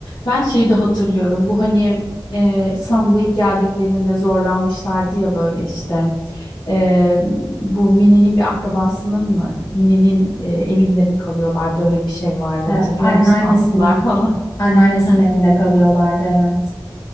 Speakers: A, on the left; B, on the left.
A: Ben şeyi de hatırlıyorum. Bu hani e, İstanbul'a ilk geldiklerinde zorlanmışlardı ya böyle işte. E, bu Mine'nin bir akrabasının mı? Mine'nin e, evinde mi kalıyorlardı? Öyle bir şey vardı
B: E,
A: hatırlıyor
B: anneannesinin
A: musun? Aslılar falan.
B: anneannesinin
A: <laughs>
B: evinde kalıyorlardı evet.